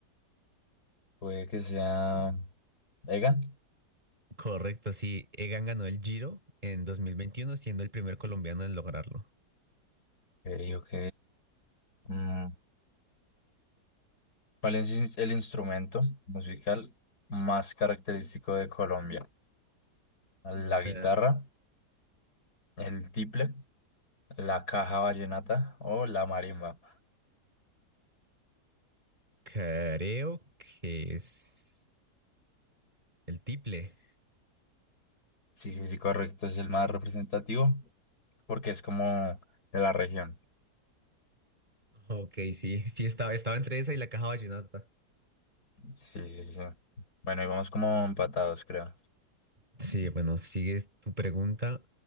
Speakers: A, on the left; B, on the right.
A: Puede que sea Egan.
B: Correcto, sí, Egan ganó el Giro en 2021, siendo el primer colombiano en lograrlo.
A: Ok, ok. Mm, ¿Cuál es ins- el instrumento musical más característico de Colombia? ¿La guitarra,
B: Eh,
A: El tiple, la caja vallenata o la marimba.
B: Creo que es. El tiple.
A: Sí, sí, sí, correcto. Es el más representativo porque es como de la región.
B: Ok, sí, sí, estaba, estaba entre esa y la caja vallenata.
A: Sí, sí, sí. Bueno, y vamos como empatados, creo.
B: Sí, bueno, sigue tu pregunta.